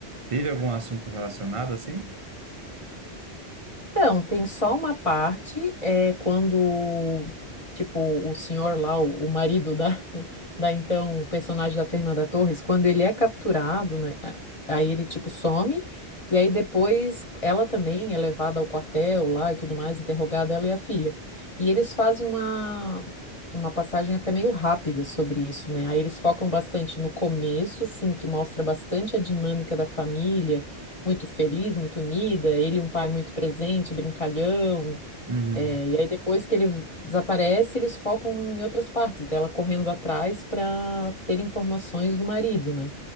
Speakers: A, on the right (about 40°); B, on the left (about 35°).
A: Teve algum assunto relacionado assim?
B: Então, tem só uma parte, é quando, tipo, o senhor lá, o, o marido da, <laughs> da então, o personagem da Fernanda Torres, quando ele é capturado, né? a- Aí ele, tipo, some, e aí depois ela também é levada ao quartel lá e tudo mais, interrogada, ela e a filha. E eles fazem uma, uma passagem até meio rápida sobre isso, né? Aí eles focam bastante no começo, assim, que mostra bastante a dinâmica da família muito feliz, muito unida, ele e um pai muito presente, brincalhão.
A: Uhum.
B: É, e aí depois que ele desaparece, eles focam em outras partes dela correndo atrás para ter informações do marido, né?